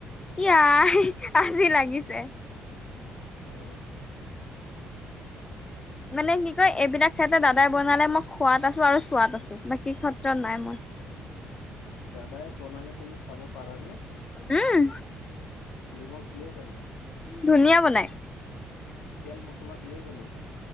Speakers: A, on the left (about 25°); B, on the left (about 80°).
A: য়াই আজি লাগিছে।
B: অ।
A: মানে কি কয় এইবিলাক ক্ষেত্ৰত দাদাই বনালে মই খোৱাত আছো আৰু চোৱাত আছো। বাকী ক্ষেত্ৰত নাই মই।
B: দাদাই বনালে তুমি খাব পাৰানে?
A: উম
B: নিমখ দিয়ে জানো
A: ধুনিয়া বনাই।
B: তেল মচল। লা দিয়ে জানো সি?